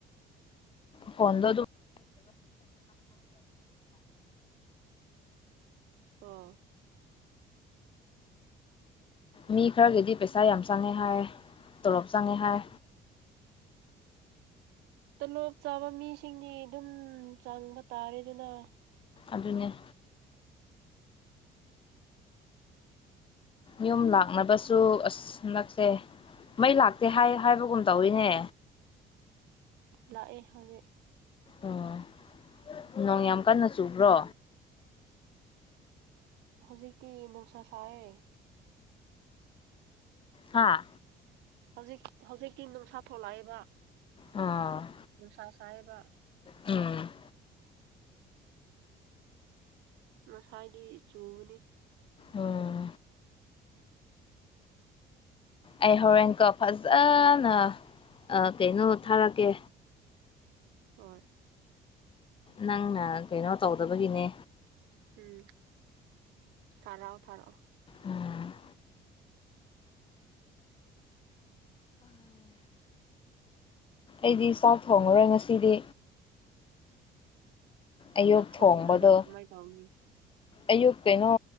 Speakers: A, on the left; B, on the right.
A: ꯐꯣꯟꯗ ꯑꯗꯨ <inaudible> <inaudible> <inaudible>
B: ꯑꯣ
A: ꯃꯤ ꯈꯔꯒꯤꯗꯤ ꯄꯩꯁꯥ ꯌꯥꯝ ꯆꯪꯉꯦ ꯍꯥꯏ ꯇꯂꯣꯞ ꯆꯪꯉꯦ ꯍꯥꯏ
B: ꯇꯣꯂꯣꯞ ꯆꯥꯕ ꯃꯤꯁꯤꯡꯗꯤ ꯑꯗꯨꯝ ꯆꯪꯕ ꯇꯥꯔꯦ ꯑꯗꯨꯅ
A: ꯑꯗꯨꯅꯦ ꯌꯨꯝ ꯂꯥꯛꯅꯕꯁꯨ ꯑꯁ ꯅꯛꯁꯦ ꯃꯩ ꯂꯥꯛꯇꯦ ꯍꯥꯏ ꯍꯥꯏꯕꯒꯨꯝ ꯇꯧꯔꯤꯤꯅꯦ
B: ꯂꯥꯛꯑꯦ ꯍꯧꯖꯤꯛ
A: ꯎꯝ ꯅꯣꯡ ꯌꯥꯝ ꯀꯟꯅ ꯆꯨꯕ꯭ꯔꯣ
B: ꯍꯧꯖꯤꯛꯇꯤ ꯅꯨꯡꯁꯥ ꯁꯔꯦ
A: ꯍꯥꯥ
B: ꯍꯧꯖꯤꯛ ꯍꯧꯖꯤꯛꯇꯤ ꯅꯨꯡꯁꯥ ꯊꯣꯛꯂꯛꯑꯦꯕ
A: ꯑꯥ
B: ꯅꯨꯡꯁꯥ ꯁꯥꯍꯦꯕ
A: ꯎꯝ
B: ꯃꯁꯥꯒꯤ ꯆꯨꯕꯅꯤ
A: ꯑꯣꯝ ꯑꯩ ꯍꯣꯔꯦꯟꯀ ꯐꯖꯅ ꯀꯩꯅꯣ ꯊꯥꯔꯛꯀꯦ
B: ꯍꯣꯏ
A: ꯅꯪꯅ ꯀꯩꯅꯣ ꯇꯧꯗꯕꯒꯤꯅꯦ
B: ꯎꯝ ꯊꯔꯑꯣ ꯊꯔꯣ
A: ꯎꯝ ꯑꯩꯗꯤ ꯆꯥꯛ ꯊꯣꯡꯉꯔꯣꯏ ꯉꯁꯤꯗꯤ ꯑꯌꯨꯛ
B: ꯆꯥꯛ ꯊꯣꯡꯗ꯭ꯔꯒ
A: ꯊꯣꯡꯕꯗꯣ
B: ꯀꯃꯥꯏ ꯇꯧꯅꯤ
A: ꯑꯌꯨꯛ ꯀꯩꯅꯣ